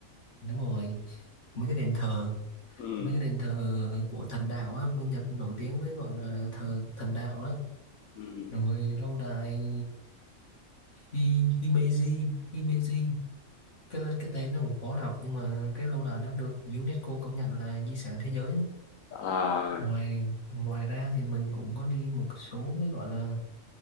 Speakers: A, on the left (about 65°); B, on the left (about 80°).
A: đúng rồi mấy cái đền thờ
B: Ừm,
A: mấy cái đền thờ của thần đạo á bên Nhật nổi tiếng với gọi là thờ thần đạo đó
B: ừm.
A: rồi lâu đài Hi, Himeji Himeji cái là- cái tên nó cũng khó đọc nhưng mà cái lâu đài nó được UNESCO công nhận là di sản thế giới á.
B: Ờ,
A: ngoài ngoài ra thì mình cũng có đi một số cái gọi là